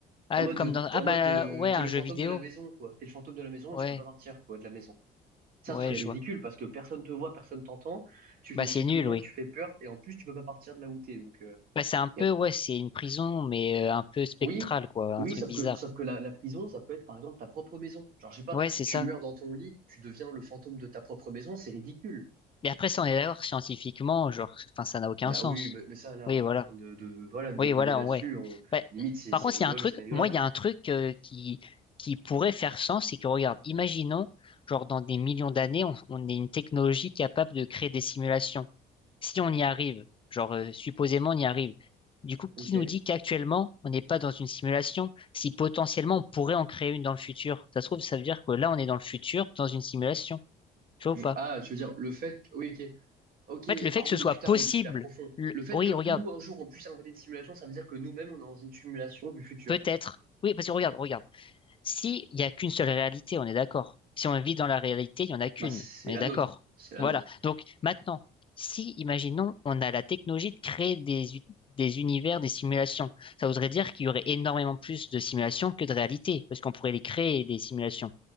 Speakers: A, on the left (about 30°); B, on the right (about 60°).
A: Ah,
B: En mode
A: comme dans... Ah
B: en
A: bah
B: mode euh,
A: ouais,
B: t'es
A: un
B: le
A: jeu
B: fantôme
A: vidéo.
B: de la maison, quoi. T'es le fantôme de la maison
A: Ouais,
B: et tu peux pas partir, quoi, de la maison. Ça
A: ouais,
B: ce serait
A: je
B: ridicule
A: vois.
B: parce que personne te voit, personne t'entend, tu fais
A: Bah
B: chier
A: c'est
B: tout
A: nul,
B: le monde,
A: oui.
B: tu fais peur et en plus tu peux pas partir de là où t'es. Donc euh,
A: Bah c'est un peu,
B: yeah.
A: ouais, c'est une prison, mais euh, un peu spectrale,
B: oui,
A: quoi, un
B: oui,
A: truc
B: sauf
A: bizarre.
B: que sauf que la, la prison, ça peut être par exemple ta propre maison. Genre je sais pas,
A: Ouais, c'est
B: tu
A: ça.
B: meurs dans ton lit, tu deviens le fantôme de ta propre maison, c'est ridicule.
A: Et après, ça, on est d'accord, scientifiquement, genre, enfin, ça n'a aucun
B: Bah
A: sens.
B: oui, mais, mais ça là,
A: Oui,
B: on
A: voilà.
B: est en train de, de voilà de
A: Oui,
B: déconner
A: voilà,
B: là-dessus.
A: ouais.
B: On
A: Bah,
B: limite c'est
A: par
B: c'est
A: contre,
B: rigole,
A: il y a un truc,
B: c'est une rigolade.
A: moi, il y a un truc euh, qui, qui pourrait faire sens, c'est que, regarde, imaginons, genre, dans des millions d'années, on, on est une technologie capable de créer des simulations. si on y arrive, genre euh, supposément on y arrive, du coup,
B: Ok.
A: qui nous dit qu'actuellement on n'est pas dans une simulation, si potentiellement on pourrait en créer une dans le futur? Ça se trouve, ça veut dire que là on est dans le futur, dans une simulation. Tu vois
B: Je-
A: ou pas?
B: Ah, tu veux dire le fait que... oui, ok. Ok,
A: En fait, le fait
B: ah
A: que
B: oui,
A: ce soit
B: putain,
A: possible,
B: oui, c'est hyper profond.
A: le-
B: Le fait
A: oui,
B: que
A: regarde,
B: nous, un jour, on puisse inventer des simulations, ça veut dire que nous-mêmes, on est dans une simulation du futur.
A: peut-être. Oui, parce que regarde, regarde. Si il n'y a qu'une seule réalité, on est d'accord. Si on vit dans la réalité, il n'y en a qu'une.
B: Bah, c'est
A: On est
B: la
A: d'accord.
B: nôtre. C'est la
A: Voilà.
B: nôtre.
A: Donc maintenant, si, imaginons, on a la technologie de créer des, u- des univers, des simulations, ça voudrait dire qu'il y aurait énormément plus de simulations que de réalités, parce qu'on pourrait les créer, des simulations.